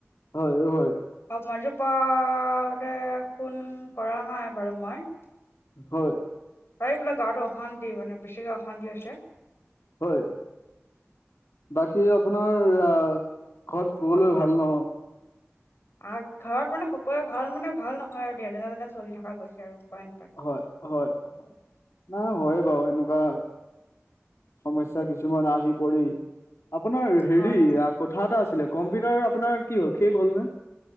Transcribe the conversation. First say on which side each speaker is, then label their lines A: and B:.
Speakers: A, on the left; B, on the left.
A: হয় হয়
B: অ', মই <unintelligible> দে ফোন কৰা নাই বাৰু মই।
A: হয়।
B: তাই বোলে গাৱতো অশান্তি মানে বেছিকে অশান্তি হৈছে
A: হয় বাকী আপোনাৰ আহ ঘৰত শুবলৈ
B: হয় হয়
A: ভাল নহয়।
B: <inaudible> আৰু ঘৰত মানে সকলোৱে ভাল মানে ভাল নহয় আৰু দে যেনে তেনে চলি থকা গৈছে আৰু উপায় নোাপায়
A: হয়, হয়। না হয় বাৰু এনেকুৱা সমস্যা কিছুমান আহি পৰি আপোনাৰ হেৰি
B: হয় হয়
A: কথা এটা আছিলে, কম্পিউটাৰ আপোনাৰ কি হ'ল শেষ হ'ল নে?